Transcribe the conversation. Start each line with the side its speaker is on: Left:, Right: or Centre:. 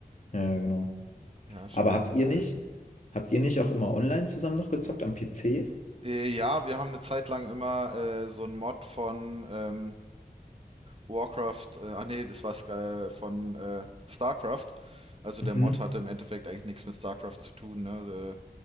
Left: Ja, ja, genau.
Right: Ja, schon
Left: Aber
Right: ganz
Left: habt
Right: geil.
Left: ihr nicht, habt ihr nicht auch immer online zusammen noch gezockt am PC?
Right: Äh, ja, wir haben eine Zeit lang immer äh, so einen Mod von ähm, Warcraft, äh, ah nee, das war Sky von äh, StarCraft. Also der
Left: Mhm.
Right: Mod hatte im Endeffekt eigentlich nichts mit StarCraft zu tun, ne?